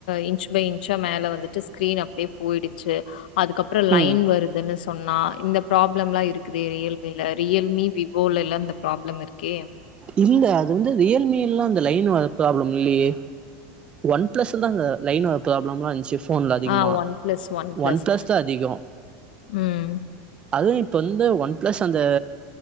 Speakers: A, on the left; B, on the right.
A: இன்ச்சு பை இன்ச்சா மேல வந்துட்டு ஸ்க்ரீன் அப்டியே போய்டு ச்சு அதுக்கப்புறோ லைன்
B: ம்
A: வருதுன்னு சொன்னா இந்த பிராப்ளலா இருக்குது ரியல் மில ரியல்மி விவோலலா இந்த பிராப்ளம் இருக்கே
B: இல்ல அது வந்து ரியல்மிலா அந்த லைன் வர பிராப்ளம் இல்லயே ஒன் பிளஸ்லதா அந்த லைன் வர பிராப்ளம்லா இர்ன்ச்சு ஃபோன்ல அதிகுமா
A: ஆ ஒன் பிளஸ், பிளஸ்.
B: ஒன் பிளஸ்தா அதிகோ
A: ம்.
B: அதுவு இப்ப வந்து ஒன் பிளஸ் அந்த